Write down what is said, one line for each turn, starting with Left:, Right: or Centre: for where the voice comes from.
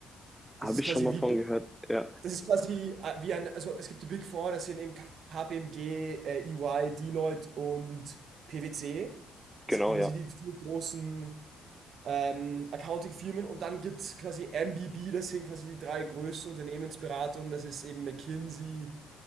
Right: Das
Centre: habe
Right: ist
Centre: ich
Right: quasi
Centre: schon mal
Right: wie,
Centre: von gehört. Ja,
Right: Das ist quasi äh, wie ein, also es gibt die Big Four, das sind eben KPMG, äh, EY, Deloitte und PwC. Das
Centre: genau,
Right: sind quasi
Centre: ja.
Right: die vier großen ähm, Accounting-Firmen. Und dann gibt es quasi MBB, das sind quasi die drei größten Unternehmensberatungen. Das ist eben McKinsey,